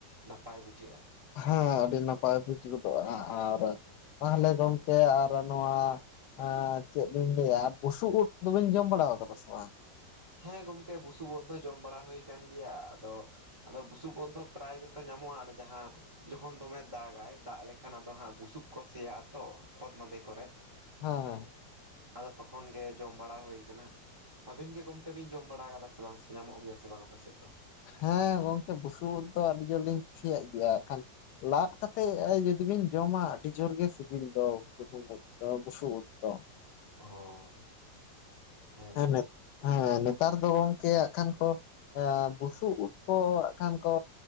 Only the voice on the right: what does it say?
ᱱᱟᱯᱟᱭ ᱵᱩᱡᱷᱟᱹᱜᱼᱟ᱾
ᱦᱮᱸ ᱜᱚᱢᱠᱮ ᱵᱩᱥᱩᱵ ᱩᱫ ᱡᱚᱢ ᱵᱟᱲᱟ ᱦᱳᱭ ᱠᱟᱱ ᱜᱤᱭᱟ ᱟᱫᱚ ᱟᱫᱚ ᱵᱩᱥᱩᱵ ᱩᱫ ᱫᱚ ᱯᱨᱟᱭ ᱜᱮᱛᱚ ᱧᱟᱢᱚᱜᱼᱟ ᱚᱱᱟ ᱡᱟᱦᱟᱸ ᱡᱚᱠᱷᱚᱱ ᱫᱚᱢᱮ ᱫᱟᱜᱟᱭ ᱫᱟᱜ ᱞᱮᱠᱷᱟᱱ ᱟᱫᱚ ᱦᱟᱸᱜ ᱵᱩᱥᱩᱵ ᱠᱚ ᱥᱮᱭᱟᱜ-ᱟ ᱛᱚ ᱠᱷᱚᱛ ᱢᱟᱸᱫᱮ ᱠᱚᱨᱮᱜ᱾
ᱟᱫᱚ ᱛᱚᱠᱷᱚᱱ ᱜᱮ ᱡᱚᱢ ᱵᱟᱲᱟ ᱦᱩᱭ ᱠᱟᱱᱟ᱾ ᱟᱵᱤᱱ ᱜᱚᱢ ᱠᱮ ᱵᱤᱧ ᱡᱚᱢ ᱵᱟᱲᱟ ᱠᱟᱫᱟ ᱥᱮ ᱵᱟᱝ ᱥᱮ ᱧᱟᱢᱚᱜ ᱜᱮᱭᱟ ᱥᱮ ᱵᱟᱝ ᱟᱯᱮ ᱥᱮᱜ ᱫᱚ?
ᱚ ᱦᱮᱸᱛᱚ